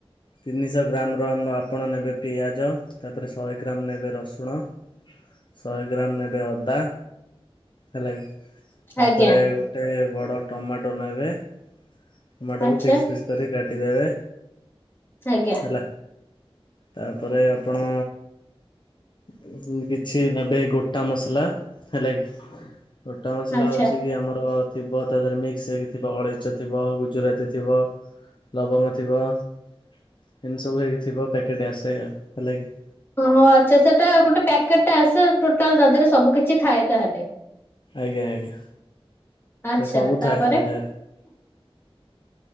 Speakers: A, on the left (about 50°); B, on the left (about 20°).
A: ତିନିଶହ ଗ୍ରାମ୍ ର ଆ ଆପଣ ନେବେ ପିଆଜ, ତା ପରେ ଶହେ ଗ୍ରାମ୍ ନେବେ ରସୁଣ, ଶହେ ଗ୍ରାମ୍ ନେବେ ଅଦା, ହେଲା କି ତାପରେ
B: ଆଜ୍ଞା
A: ଗୋଟେ ବଡ଼ ଟମାଟୋ ନେବେ, ଟମାଟୋକୁ
B: ଆଚ୍ଛା
A: ପିସ୍ ପିସ୍ କରି କାଟିଦେବେ।
B: ଆଜ୍ଞା।
A: ହେଲା। ତାପରେ ଆପଣ କିଛି ଟିକେ ନେବେ ଗୋଟା ମସଲା ହେଲା କି, ଗୋଟା ମସଲା
B: ଆଚ୍ଛା।
A: ହେଉଛି କି ଆମର ଥିବ ତା ଦେହରେ ମିକ୍ସ ହେଇକି ଥିବ। ଅଳେଇଚ ଥିବ, ଗୁଜୁରାତି ଥିବ, ଲବଙ୍ଗ ଥିବ, ଏମିତି ସବୁ ହେଇକି ଥିବ। ପ୍ୟାକେଟ ଆସେ ଆଉ ହେଲା କିି?
B: ଓହୋ, ଆଚ୍ଛା, ସେଟା ଗୋଟେ ପ୍ୟାକେଟ୍ ଟା ଆସେ। ଟୋଟାଲ ତାଦିହରେ ରେ ସବୁ କିଛି ଥାଏ ତାହେଲେ?
A: ଆଜ୍ଞା, ଆଜ୍ଞା,
B: ଆଚ୍ଛା
A: ଏ ସବୁ
B: ତାପରେ
A: ଥାଏ ତା ଦେହରେ।
B: <inaudible>